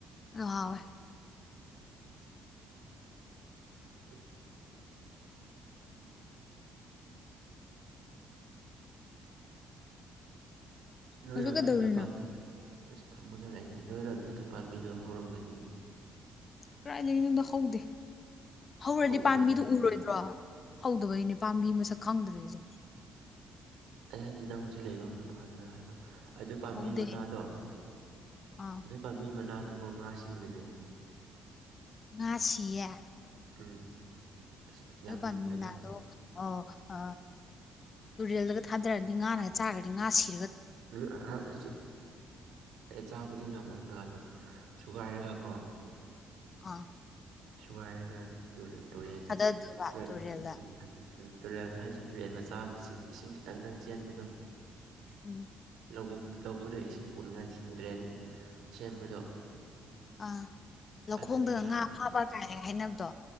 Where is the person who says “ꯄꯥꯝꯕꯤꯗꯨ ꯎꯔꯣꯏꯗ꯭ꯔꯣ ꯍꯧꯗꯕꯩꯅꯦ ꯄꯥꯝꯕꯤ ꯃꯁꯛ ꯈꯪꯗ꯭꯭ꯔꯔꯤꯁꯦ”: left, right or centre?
Left